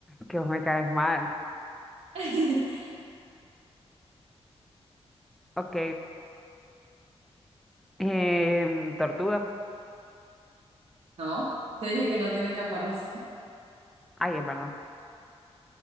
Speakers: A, in the centre; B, on the right (about 65°).
A: que vos me caes mal.
B: <laughs>
A: Ok. em, ¿tortuga?
B: No, te dije que no tiene caparazón.
A: Ay, es verdad. <laughs>